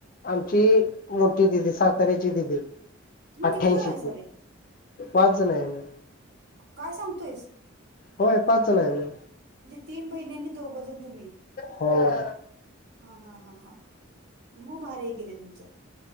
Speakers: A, on the left; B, on the right.
A: आमची मोठी दीदी साताऱ्याची दीदी.
B: तुम्ही
A: अठ्ठ्यांशीचे
B: किती जण आहेसा रे
A: पाच जण आहे आम्ही.
B: काय सांगतोयस?
A: होय पाच जण आहे आम्ही.
B: म्हणजे तीन बहिणी आणि दोघंजण तुम्ही.
A: होय.
B: हा हा हा हा, मग भारी आहे की र तुमचं.